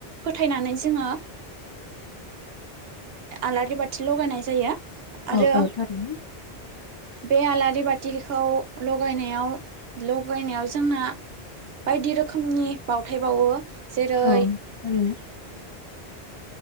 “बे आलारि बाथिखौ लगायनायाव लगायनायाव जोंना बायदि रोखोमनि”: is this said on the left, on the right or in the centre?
Right